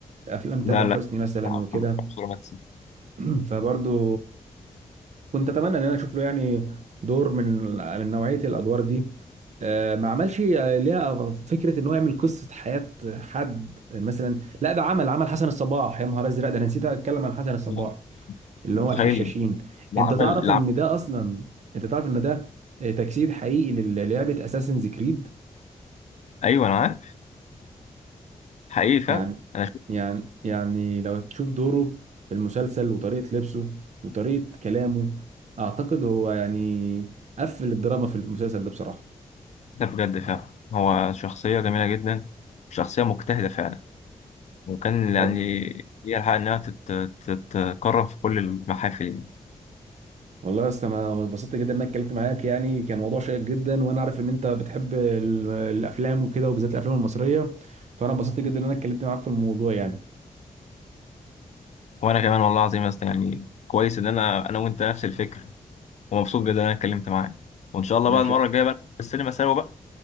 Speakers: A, on the right; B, on the left.
A: افلام
B: لا
A: تامر
B: لا
A: حسني مثلا
B: ما
A: وكده
B: عملش رومانسي
A: <clears throat> فبرضه كنت اتمنى ان انا اشوف له يعني دور من من نوعيه الادوار دي آه، ما عملش آه، ليها فكره ان هو يعمل قصه حياه حد مثلا لا ده عمل عمل حسن الصباح يا نهار ازرق ده انا نسيت اتكلم عن حسن الصباح
B: لا،
A: اللي
B: متخيل
A: هو الحشاشين
B: اللي
A: انت
B: عمل
A: تعرف
B: اللي
A: ان
B: عمل
A: ده اصلا انت تعرف ان ده آه، تجسيد حقيقي لل- للعبه اساسنز كريد
B: ايوه انا عارف حقيقي فعلا
A: يعني
B: انا شفت
A: يعني يعني لو تشوف دوره في المسلسل وطريقة لبسه وطريقة كلامه أعتقد هو يعني قفل الدراما في المسلسل ده بصراحة
B: ده بجد فعلا هو شخصيه جميله جدا شخصيه مجتهده فعلا وكان يعني
A: و-
B: ليها الحق انها تت- تت- تتكرم في كل المحافل يعني.
A: والله يا اسطى أنا اتبسطت جدا إن أنا اتكلمت معاك يعني كان موضوع شيق جدا وأنا عارف إن أنت بتحب ال- الأفلام وكده وبالذات الأفلام المصرية فأنا اتبسطت جدا إن أنا اتكلمت معاك في الموضوع يعني
B: وانا كمان والله العظيم يا اسطى يعني كويس ان انا انا وانت نفس الفكره ومبسوط جدا ان انا اتكلمت معاك وان شاء الله
A: ماشي
B: بقى المره الجايه بقى في السينما سوا بقى